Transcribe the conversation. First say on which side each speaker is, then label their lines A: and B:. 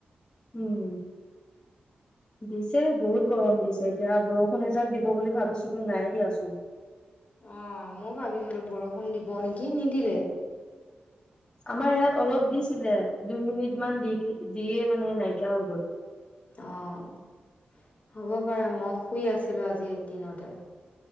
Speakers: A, on the left; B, on the left.
A: উম দিছে বহুত গৰম দিছে এতিয়া বৰষুণ এজাক দিব বুলি ভাবিছিলোো নাই দিয়াচোন।
B: অ মই ভাবিছিলো বৰষুণ দিব নেকি নিদিলে
A: আমাৰ ইয়াত অলপ দিছিলে দুই মিনিট মান দি দিয়ে মানে নাইকিয়া হৈ গল
B: অ' হ'ব পাৰে মই শুই আছিলো আজি দিনতে